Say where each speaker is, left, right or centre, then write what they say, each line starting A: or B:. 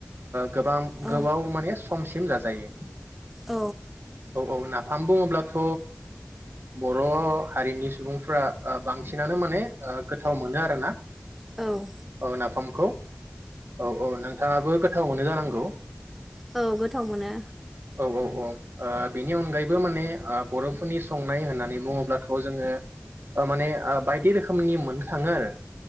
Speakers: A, on the right (about 70°); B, in the centre.
A: गोबां
B: औ
A: गोबाव माने समसिम जा जायो
B: औ
A: औ औ नाफाम बुङोब्ला दाथ' बर' हारिनि सुबुंफ्रा बांसिनानो माने गोथाव मोनो आरोना
B: औ
A: औ नाफामखौ औ औ नोंथाङाबो गो थावावनो जानांगौ
B: औ गोथाव मोनो
A: औ औ औ ओ बेनि अनगायैबो माने ओ बर'फोरनि संनाय होननानै बुङोब्लाथ' जोङो ओ माने ओ बायदि रोखोमनि मोनखाङो आरो।